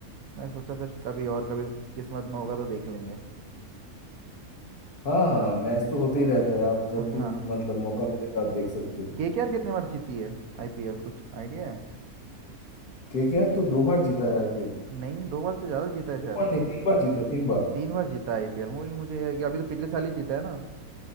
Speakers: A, on the right (about 70°); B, on the left (about 80°).
A: मैं सोचा फिर कभी और कभी किस्मत में होगा तो देख लेंगे
B: हाँ हाँ मैच तो होते ही रहता है आप जब भी
A: हाँ
B: मतलब मौका मिलेगा आप देख सकते हैं
A: केकेआर कितनी बार जीती है आईपीएल कुछ आइडिया है
B: केकेआर तो दो बार जीता है आईपीएल
A: नहीं दो बार से ज़्यादा जीता है शायद
B: दो बार नहीं तीन बार जीता है तीन बार
A: तीन बार जीता है आईपीएल वही मुझे ये- अभी तो पिछले साल ही जीता है ना